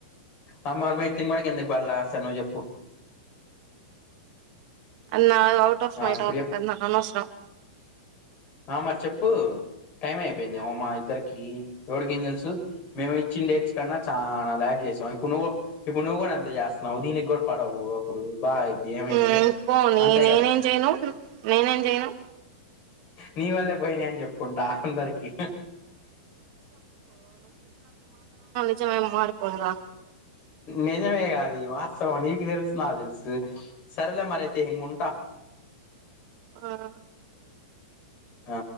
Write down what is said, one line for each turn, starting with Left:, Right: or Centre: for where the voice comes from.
Left: అ మరి మీ తిమ్మడికి ఎందుకు పడ్ల సరె నువ్వు చెప్పు
Right: అన్నా అఔట్ ఆఫ్
Left: ఆ
Right: మై
Left: ఇప్పుడు
Right: టాపిక్
Left: చెప్పు
Right: అది నాకు అనో స్ రం
Left: ఆ మరి చెప్పు టైం అయిపోయింది ఏమో మా ఇద్దరికి ఎవడికి ఏం తెలుసు మేము ఇచ్చిన డేట్స్ కన్నా చాలా లాగ్ చేసావు ఇప్పుడు నువ్వు ఇప్పుడు నువ్వు కూడా అంతే చేస్తున్నావు దీనికి కూడా పడవు అప్పుడు బాగా అయిద్ది ఏమైద్ది
Right: ఊమ్ పోని
Left: అంతే
Right: నేనేం
Left: కదా
Right: చెయను నేనేం చెయను
Left: నీ వాళ్ళే పోయినాయి అని చెప్పు కుంటా అందరికి
Right: నిజమేమి మారిపోదుగా
Left: నిజమే గా అది వాస్తవం నీకు తెలుసు నా తెలుసు సర్లే మరి అయి అయితే ఉంట
Right: ఆ
Left: ఆ